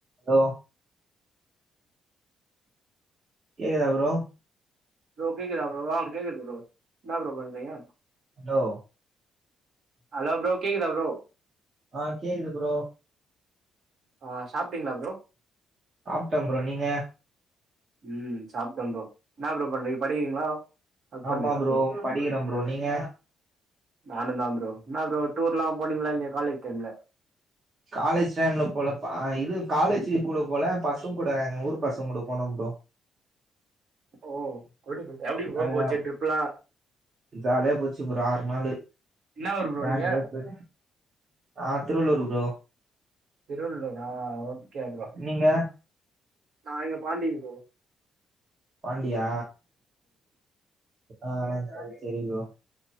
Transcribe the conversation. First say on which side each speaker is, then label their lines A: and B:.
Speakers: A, on the right; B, on the right.
A: Hello கேக்குதா bro
B: bro கேக்குதா bro ஆ கேக்குது ப்ரோ என்ன ப்ரோ பண்றீங்க
A: ஹலோ
B: ஹலோ ப்ரோ கேக்குதா ப்ரோ
A: ஆ கேக்குது ப்ரோ
B: அ சாப்பிடீங்களா ப்ரோ
A: சாப்பிட்டே ப்ரோ நீங்க
B: ம் சாப்பிட்டே ப்ரோ ன்னா ப்ரோ பண்றீங்க படிக்கிறீங்களா ஒர்க் பண்றீங்களா
A: ஆமா ப்ரோ படிக்கிறே ப்ரோ நீங்க
B: நானு தா ப்ரோ ன்னா ப்ரோ டூலா போனீங்களா இல்ல காலேஜ் டைம்ல
A: காலேஜ் டைம்ல போல இது காலேஜ் கூட போல பசங்க கூட எங்க ஊர் பசங்க கூட போனே ப்ரோ
B: ஓ எப்டி போச்சி எப்டி ப்ரோ
A: அதுதா
B: பேச்சி ட்ரிப்லா
A: ஜாலியா போச்சி ப்ரோ ஆற் நாலு
B: என்னா ஊரு ப்ரோ
A: வோன்லயே
B: நீங்க
A: போயிட்சு ஆ திருவள்ளூர் ப்ரோ
B: திருவள்ளூரா ஆ ஓகேங்கோ
A: நீங்க
B: நா இங்க பாண்டிங் ப்ரோ
A: பாண்டியா அ ஆ செரி சேரிங் ப்ரோ